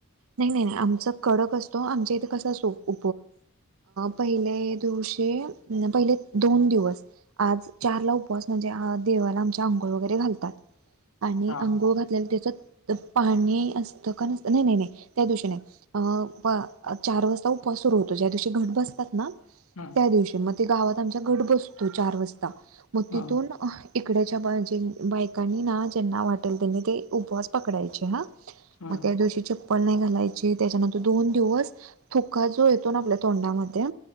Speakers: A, on the right (about 75°); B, on the left (about 85°).
A: नाही नाही नाही आमच कडक असतो आमच्या इथं कसत प प दिव प दोन दिवस आज चारला उपवास म्हणजे देवाला आमच्या आंघोळ वगैरे घालतात आणि
B: हा
A: अंघोळ घातलेला त्याच पाणी असतं का नसत नाही नाही नाही त्या दिवशी नाही अ चार वाजता उप सुरू होतो ज्या दिवशी घट बसतात ना
B: हा
A: त्या दिवशी मग ते गावात आमचा घट बसतो चार वाजता मग
B: हा
A: तिथून इकडेच्या बा जे बायकांनी ना ज्यांना वाटेल त्यांनी ते उपवास पकडायचे हा
B: हा.
A: मदोश घालायची त्याच्यानंतर दोन दिवस थुका जो येतो ना आपल्या तोंडामध्ये